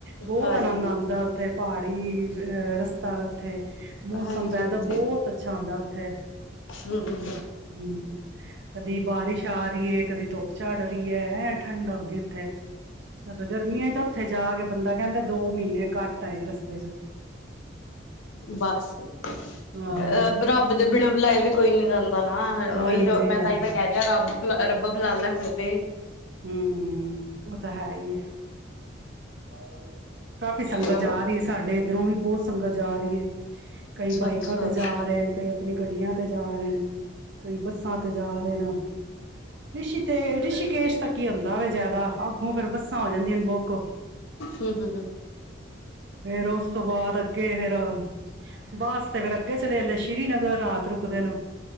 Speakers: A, on the right; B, on the left.
A: ਬਹੁਤ
B: ਹਾਂਜੀ,
A: ਆਨੰਦ ਆਉਂਦਾ ਉੱਥੇ ਪਹਾੜੀ ਅ ਰਸਤਾ ਓਥੇ ਮੌਸਮ
B: ਹਾਂਜੀ-ਹਾਂਜੀ,
A: ਵੈਦਾ ਬਹੁਤ ਅੱਛਾ ਆਉਂਦਾ ਉੱਥੇ
B: ਹਮ ਹਮ
A: ਹਮ ਕਦੀ ਬਾਰਿਸ਼ ਆ ਰਹੀ ਹੈ ਕਦੀ ਧੁੱਪ ਚਝਾੜਹੀ ਦੀ ਹੈ ਭ ਠੰਡ ਆਉਂਦੀ ਉੱਥੇ ਸਰ ਗਰਮੀਆਂ ਚ ਉੱਥੇ ਜਾ ਕੇ ਬੰਦਾ ਕਹਿੰਦਾ ਦੋ ਮਹੀਨੇ ਘੱਟ ਆਏ ਰਸਤੇ ਚ
B: ਬਸ ਅਹ
A: ਹਾਂ,
B: ਰੱਬ ਦੇ ਬਿਨਾਂ ਬੁਲਾਏ ਵੀ ਕੋਈ ਨੀ ਜਾਂਦਾ ਨਾ
A: ਹਾਂਜੀ
B: ਉਹੀ ਮੈਂ
A: ਹਾਂਜੀ
B: ਤਾਂਹੀ ਤਾਂ ਕਹਿ ਰਿਹਾ ਰੱਬ ਰੱਬ ਬੁਲਾ ਲੈ ਮੁੜ ਤੇ
A: ਹਮ ਉਹ ਤਾਂ ਹੈ ਹੀ ਹੈ ਹ ਕਾਫ਼ੀ ਸੰਗਤ
B: ਹੋਰ
A: ਆ ਰਹੀ ਹੈ ਸਾਡੇ ਇੱਧਰੋਂ ਵੀ ਬਹੁਤ ਸੰਗਤ ਜਾ ਰਹੀ ਕਈ
B: ਅੱਛਾ-ਅੱਛਾ,
A: ਬਾਈਕਾਂ ਤੇ
B: ਅੱਛਾ
A: ਜਾ ਰਹੇ ਨੇ ਕਈ ਆਪਣੀ ਗੱਡੀਆਂ ਤੇ ਜਾ ਰਹੇ ਨੇ ਕਈ ਬੱਸਾਂ ਤੇ ਜਾ ਰਹੇ ਨੇ ਰਿਸ਼ੀ ਤੇ ਰਿਸ਼ਕੇਸ਼ ਆਉਂਦਾ ਵ ਜ਼ਿਆਦਾ, ਅੱਗੋਂ ਫੇਰ ਬੱਸ ਆ ਜਾਂਦੀਆਂ ਨੇ ਓਕੋ
B: ਹੂੰ-ਹੂੰ-ਹੂੰ,
A: ਫੇਰ ਉਸ ਤੋਂ ਬਾਅਦ ਅੱਗੇ ਫੇਰ, ਬੱਸ ਤੇ ਫੇਰ ਅੱਗੇ ਚਲੇ ਜਾਂਦੇ ਸ਼੍ਰੀਨਗਰ ਰਾਤ ਰੁਕਦੇ ਨੇ,